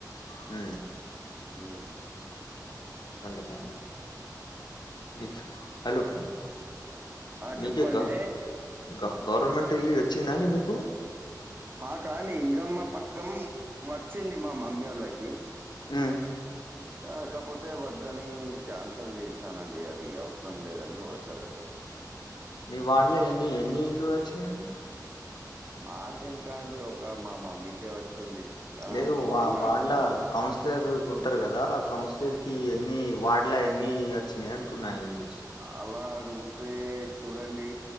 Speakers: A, on the left; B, on the right.
A: ఉ
B: ఊ
A: కాలేదా బిచ్ హలో
B: ఆ
A: మీకే
B: చెప్పండి
A: అక్క గ గవర్నమెంట్ ఇల్లు వచ్చిందా అండి మీకు
B: మాకా అండి ఇంద్రమ్మ పథకం వచ్చింది మా మమ్మీవోళ్ళకి ది
A: ఉమ్
B: కాకపోతే వద్దని క్యాన్సల్ చేశానండి అది అవసరం లేదని హోల్డ్ లో పెట్టేేశా
A: మీ వార్డ్ లో ఎన్ని ఎన్ని ఇల్లు వచ్చినాయండి
B: మాకెంత అండి ఒక మా మమ్మీకే వచ్చింది ఆ
A: లేదు
B: వాళ్ళు
A: వా వార్డుల
B: అంటుండ్రు
A: కౌన్సిలర్ ఉంటరు కదా ఆ కౌన్సిలర్ కి ఇయన్ని వాడ్ ఇలా ఎన్ని అచ్చినాయ్ టున్న ఇళ్లుస్
B: అలా అడుగు తే చూడండి